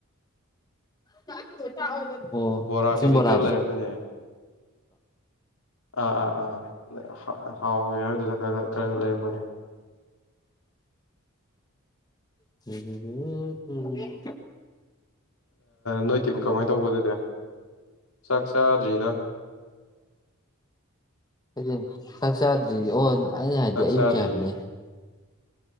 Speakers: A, on the left; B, on the left.
A: <unintelligible> ꯑꯣ
B: ꯕꯣꯔꯥ
A: ꯀꯛꯆꯤꯡ
B: ꯀꯩꯀꯩ
A: ꯕꯣꯔꯥꯗꯨꯔꯣ
B: ꯈꯔ ꯂꯩꯔꯛꯄꯅꯦ ꯑ ꯑꯥ ꯑꯥ ꯍꯥꯎ ꯌꯥ ꯑꯗꯨꯗ ꯈꯔ ꯈꯔ ꯂꯩꯔꯛꯄꯅꯦ
A: ꯁꯤ <unintelligible>
B: ꯅꯣꯏ ꯇꯤꯝ ꯀꯃꯥꯏꯅ ꯇꯧꯕ ꯑꯗꯨꯗꯤ ꯆꯥꯛ ꯆꯥꯗ꯭ꯔꯤꯗ
A: ꯍꯥꯏ ꯆꯥꯛ ꯆꯥꯗ꯭ꯔꯤ ꯑꯣꯟ ꯑꯩꯅ ꯍꯥꯏꯕꯗꯤ
B: ꯆꯥꯛ
A: ꯑꯌꯨꯛꯀꯤ
B: ꯆꯥꯗ꯭ꯔꯤꯌꯦ
A: ꯍꯥꯏꯕꯅꯦ